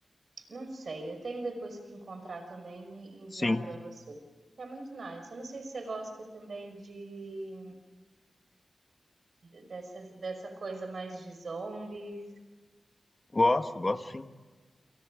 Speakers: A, on the right (about 70°); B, on the left (about 25°).
A: Não sei, eu tenho depois que encontrar também e enviar
B: Sim.
A: para você. É muito nice. Eu não sei se você gosta também de de- dessa, dessa coisa mais de zombies.
B: Gosto, gosto sim.